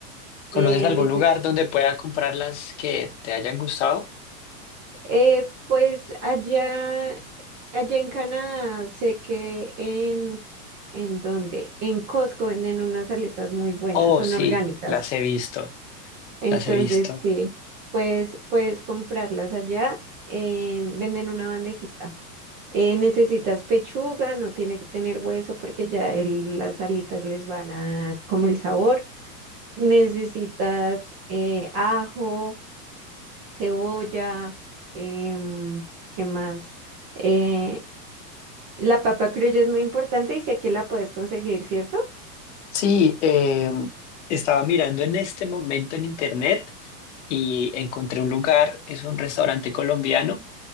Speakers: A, on the left; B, on the right.
A: ¿Conoces
B: Eh,
A: algún
B: neces-
A: lugar donde pueda comprar las que te hayan gustado?
B: eh, pues allá, allá en Canadá, sé que en, ¿en dónde? En Costco venden unas alitas muy buenas,
A: Oh,
B: son
A: sí,
B: orgánicas.
A: las he visto,
B: Entonces,
A: las he visto.
B: sí, pues puedes comprarlas allá, eh, venden una bandejita. Eh, necesitas pechuga, no tiene que tener hueso porque ya el- las alitas les van a dar como el sabor. Necesitas eh, ajo, cebolla, em, ¿qué más? Eh, la papa criolla es muy importante y sé que la puedes conseguir, ¿cierto?
A: Sí, eh, Estaba mirando en este momento en internet y encontré un lugar, es un restaurante colombiano